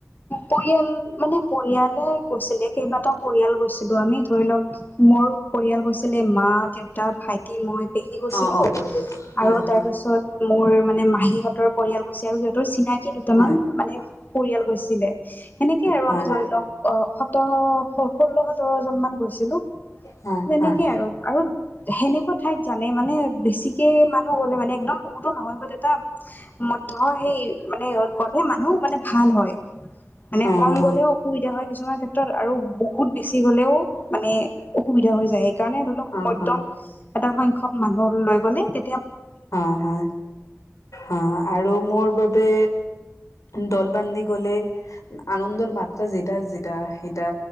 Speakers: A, on the left (about 35°); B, on the left (about 85°).
A: পৰিয়াল মানে পৰিয়ালে গৈছিলে কেইবাটাও পৰিয়াল গৈছিলো আমি ধৰি লওক মোৰ পৰিয়াল গৈছি লে মা, দেউতা, ভাইটি, মই, পেহী গছিলো
B: অ অ পৰিয়াল হয়
A: আৰু তাৰপিছত
B: হয়
A: মোৰ মানে মাহীহঁতৰ পৰিয়াল গৈছে আৰু সিহঁতৰ চিনাকি দুটামান
B: হয়
A: মানে পৰিয়াল গৈছিলে সেনেকে আৰু
B: হয়
A: আমি ধৰি লওক অ সোৰ ষোল্ল সোতৰ জনমান গৈছিলো
B: হয়
A: তেনেকে
B: হয়
A: আৰু আৰু সেনেকুৱা ঠাইত জানে মানে বেছিকে মানে গ'লে মানে একদম বহুতো নহয় বাট এটা মধ্য সেই মানে গ'লে মানুহ মানে ভাল হয় মানে
B: অ
A: কম গ'লেও
B: অ
A: অসুবিধা হয় ক্ষেত্ৰত আৰু বহুত বেছি গ'লেও মানে অসুবিধা হৈ যায়। সেইকাৰণে ধৰি লওক
B: অ
A: মধ্যম এটা সংখ্যক মানুহ লৈ গ'লে তে
B: হা হা অ আৰু মোৰ বাবে দল বান্ধি গ'লে আনন্দৰ মাত্ৰা যেটা যেটা সেইটা